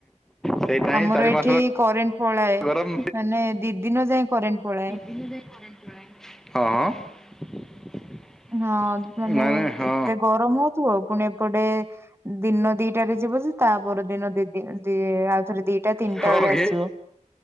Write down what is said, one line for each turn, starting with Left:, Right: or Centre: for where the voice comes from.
Centre: ସେଇଟା ହିଁ
Right: ଆମର
Centre: ଚାରି
Right: ଏଇଠି
Centre: ମାସର
Right: କରେଣ୍ଟ ପଳାଏ
Centre: ଗରମ
Right: ମାନେ ଦି ଦିନ ଯାଏ କରେଣ୍ଟ ପଳାଏ।
Centre: ମୁଁ ଦେଖୁନାଇଁ। ହଁ ହଁ।
Right: ହଁ ମାନେ
Centre: ନାଇଁ ନାଇଁ ହଁ
Right: ଏତେ ଗ ତମ ପୁଅ ପୁଣି ଏପଟେ ଦିନ ଦିଟାରେ ଯିବୁ ଯେ ତା ପର ଦିନ ଦିଦିନ ଦି ଆଉ ଥରେ ଦିଟା ତିନିଟା
Centre: ହଁ
Right: ବେଳେ
Centre: କି
Right: ଆସିବୁ।